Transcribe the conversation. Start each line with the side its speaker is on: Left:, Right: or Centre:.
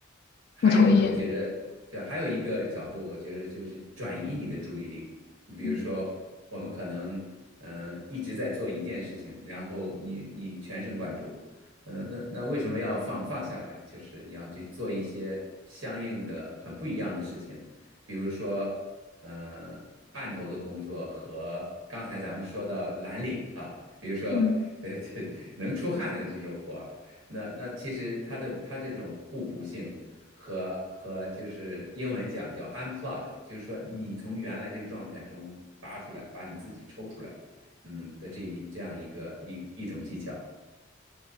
Right: 还有，
Left: 我同意。
Right: 我觉着，对，还有一个角度，我觉着就是转移你的注意力。你比如说，
Left: 嗯
Right: 我们可能，嗯、呃一直在做一件事情，然后你你全神贯注，嗯、那那为什么要放放下来？就是你要去做一些相应的很不一样的事情，比如说，呃，案头的工作和刚才咱们说到蓝领啊，比如说，
Left: 嗯
Right: 呃，<laughs> 能出汗的这种活。那那其实它的它这种互补性和和就是英文讲叫 unplug，就是说你从原来这个状态中拔出来，把你自己抽出来，嗯的这一这样一个一一种技巧，